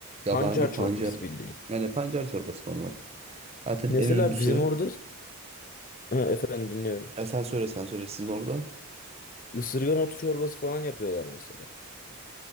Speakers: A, on the right; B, on the left.
A: Yabani
B: Pancar
A: pancar.
B: çorbası bildiğin.
A: Yani pancar çorbası normal. Zaten
B: Mesela
A: en ünlüsü
B: bizim orada ha, efendim dinliyorum.
A: E sen söyle sen söyle sizin orada.
B: Isırgan otu çorbası falan yapıyorlar mesela.